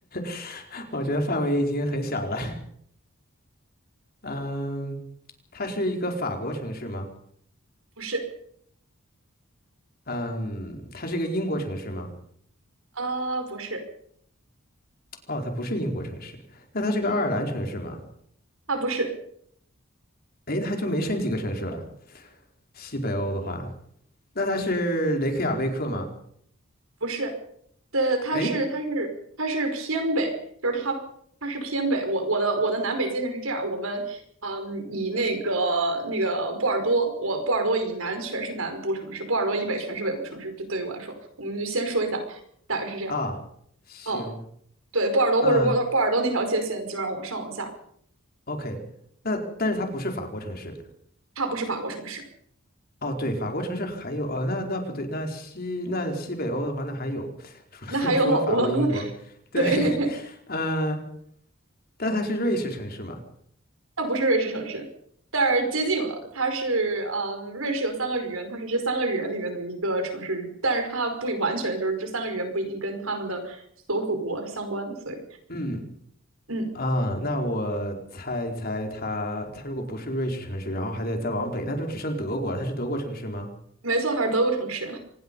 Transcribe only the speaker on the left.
<laughs> 我觉得范围已经很小了。嗯，它是一个法国城市吗？
嗯，它是一个英国城市吗？
哦，它不是英国城市。那它是个爱尔兰城市吗？
诶，那它就没剩几个城市了。西北欧的话，那它是雷克雅未克吗？
诶，
啊，行，
呃，OK，那但是它不是法国城市。
哦，对，法国城市还有，呃，那那不对，那西那西北欧的话，那还有，除了
<laughs> 除了法国、英国，
对，
<laughs> 嗯，但它是瑞士城市嘛？
嗯，
啊，那我猜一猜它，它如果不是瑞士城市，然后还得再往北，那就只剩德国了。它是德国城市吗？